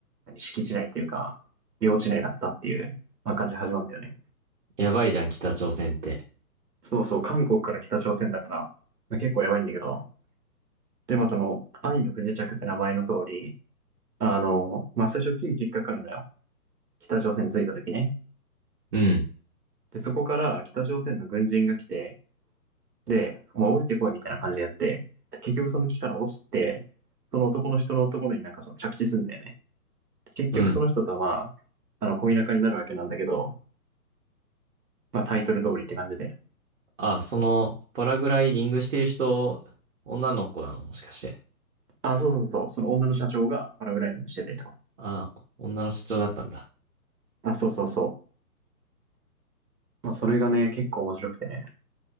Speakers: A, on the right; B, on the right.
A: 何敷地内っていうか、領地内だったっていう、まあ、感じで始まるんだよね。
B: やばいじゃん、北朝鮮って。
A: そうそう、韓国から北朝鮮だから、まあ、結構やばいんだけど、で、まあ、その、愛の不時着って名前の通り、あの、まあ、最初、キリキリかかるのよ。北朝鮮に着いた時ね。
B: うん。
A: で、そこから北朝鮮の軍人が来て、で、もう降りてこいみたいな感じでやって、で結局その木から落ちて、その男の人のところになんかその着地するんだよね。結局その人とはま
B: うん。
A: あ、あの、恋仲になるわけなんだけど、まあタイトル通りって感じで。
B: あ、その、パラグライディングしてる人、女の子なのもしかして。
A: あ、そうそうそう、その女の社長がパラグライディングしててってこ
B: あ、女の社長だったんだ。
A: と。あ、そうそうそう。まあそれがね、結構面白くてね。